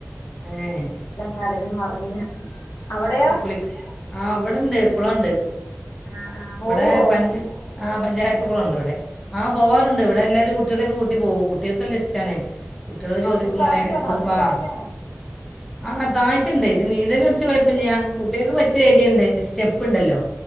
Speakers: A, in the centre; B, on the left.
A: ഏഹ്
B: കലഞ്ഞു മറിഞ്ഞ് അവിടെയോ
A: കുളിക്ക് ആഹ് ഇവിടെണ്ട് കുളണ്ട്
B: ആ ആ പോവോ
A: ഇവിടെ പഞ്ച ആ പഞ്ചായത്തുകളണ്ട് ഇവടെ ആഹ് പോവാറുണ്ട് ഇവിടെ എല്ലാവരും കുട്ട്യാളൊക്കെ കൂട്ടി പോവും കുട്ട്യാക്കല്ലഇഷ്ടണേ കുട്ട്യാള് ചോദിക്കുംങ്ങനെ
B: ഒത്തിരി താഴ്ചയാണ്
A: എപ്പളും
B: ഒത്തിരി
A: ആഹ്
B: താഴ്ചയാണ്
A: ആഹ് താഴ്ച്ചെണ്ട് പക്ഷെ നീന്തല് പടിച്ചാ കൊഴപ്പല്ലാ കുട്ട്യാക്ക് പറ്റ്യാ ഏരിയണ്ട് സ്റ്റെപ്പുണ്ടല്ലോ